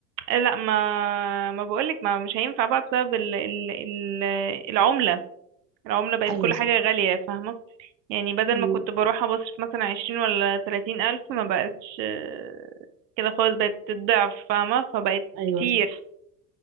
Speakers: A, on the right; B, on the right.
A: لا ما ما بقولك ما مش هينفع بقى بسبب ال... ال... ال... العمله العمله بقت
B: ايوه
A: كل
B: صح
A: حاجه غاليه فاهمه يعني بدل
B: امم
A: ما كنت بروح أبصرف مثلا عشرين ولا تلاتين ألف ما بقتش آه، كده خالص بقت الضعف فاهمة فبقت
B: ايوه
A: كتير
B: صح